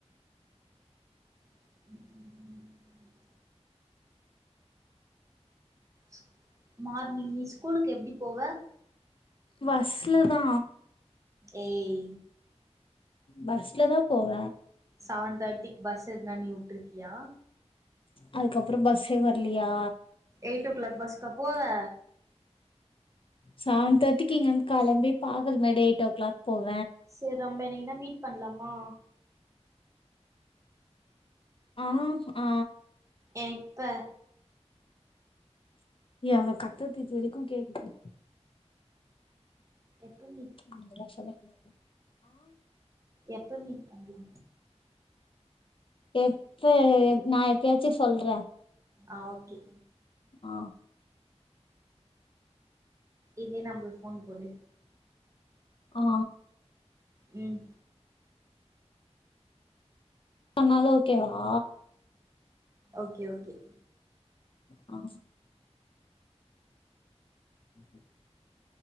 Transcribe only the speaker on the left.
பஸ்ல தா
பஸ்ல தா போவ
அதுக்கப்றோம் பஸ்சே வரலையா
செவன் தேர்ட்டிக்கு இங்கருந்து கெளம்பி பாகல்மேடு எயிட் ஓ கிளாக் போவ
<unintelligible> ஆ ஆ
ஏ அவுங்க கத்தறது இது வரைக்கு கேக்குது
நீக்கதா சொல்லனு
எப்ப நா எப்பயாச்சு சொல்ற
ஆ
ஆ
பண்ணாலு ஓகேவா
ஆ ம்ஹூம்